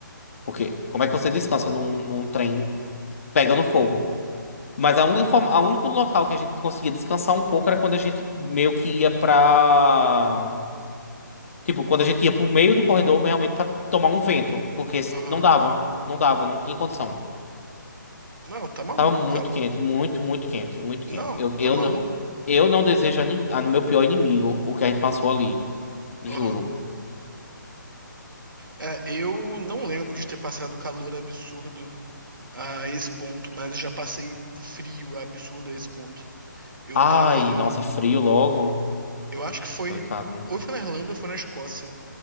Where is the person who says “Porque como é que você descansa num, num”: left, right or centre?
Left